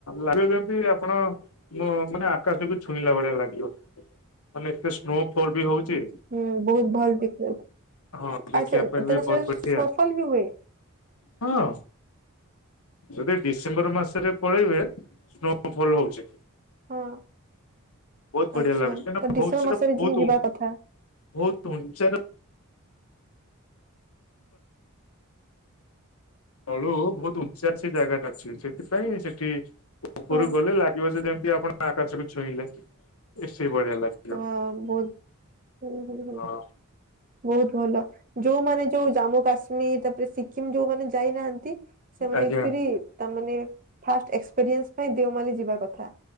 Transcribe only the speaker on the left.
ଲାଗିବ ଜେମ୍ତି ଆପଣ ମୁଁ ମାନେ ଆକାଶକୁ ଛୁଇଁଲା ଭଳିଆ ଲାଗିବ, ମାନେ ଏତେ ସ୍ନୋ ଫଲ୍ ବି ହଉଚି।
ହଁ ଦେଖିବା
ପାଇଁ ବି ବହୁତ ବଢିଆ
ହଁ। ଯଦି ଡିସେମ୍ବର ମାସେରେ ପଳେଇବେ ସ୍ନୋ ଫଲ୍ ହଉଚି।
ବହୁତ୍ ବଢିଆ
ଲାଗୁଚି, <unintelligible>
ବହୁତ୍ ସେଟା
ବହୁତୁ।
ବହୁତ୍ ଉଞ୍ଚାର ତଳୁ ବହୁତ୍ ଉଞ୍ଚାରେ ସେ ଜାଗାଟା ଅଛି, ସେଇଥିପାଇଁ ସେଠି ଉପରୁ
ଗଲେ ଲାଗିବ ଯେ ଯେମ୍ତି ଆପଣ ଆକାଶକୁ ଛୁଇଁଲେ, ଏ ସେଇଭଳିଆ ଲାଗେ।
ହଁ
ଆଜ୍ଞା